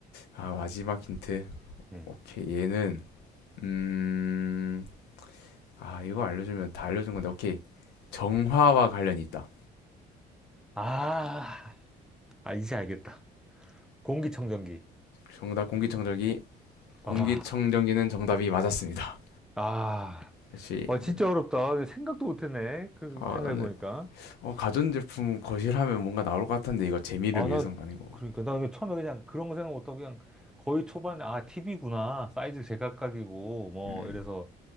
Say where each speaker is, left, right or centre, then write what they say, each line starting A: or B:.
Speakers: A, on the left; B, in the centre.
A: 아, 마지막 힌트.
B: 음.
A: 오케이, 얘는, 음, 아, 이거 알려주면 다 알려준 건데, 오케이. 정화와 관련이 있다.
B: 아, 아, 이제 알겠다. 공기청정기.
A: 정답 공기청정기, 공기청정기는
B: 아.
A: 정답이 맞았습니다.
B: 아,
A: 역시,
B: 와,
A: 뭐,
B: 진짜 어렵다. 생각도 못했네. 그,
A: 아,
B: 생각해보니까.
A: 나는, 어, 가전제품 거실하면 뭔가 나올 것 같은데, 이거 재미를
B: 아,
A: 위해서는
B: 난,
A: 아니고.
B: 그러니까, 난 처음에 그냥 그런 거 생각 못하고 그냥 거의 초반에, 아, TV구나. 사이즈 제각각이고, 뭐,
A: 음,
B: 이래서